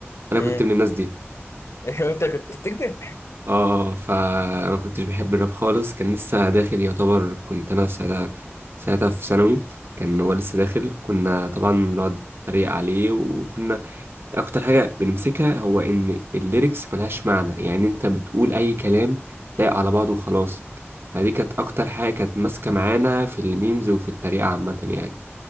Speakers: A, on the right; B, on the left.
A: انا
B: امم
A: كنت من الناس دي
B: <laughs> انت كنت بتكتب
A: اه فانا ما كنتش بحب الراب خالص كان لسه داخل يعتبر كنت انا في ساعتها ساعتها في ثانوي كان هو لسه داخل كنا طبعا بنقعد نتريق عليه وكنا اكتر حاجه بنمسكها هو ان الليركس ملهاش معنى يعني انت بتقول اي كلام لايق على بعضه وخلاص فدي كانت اكتر حاجه كانت ماسكه معانا في الميمز وفي التريقه عامه يعني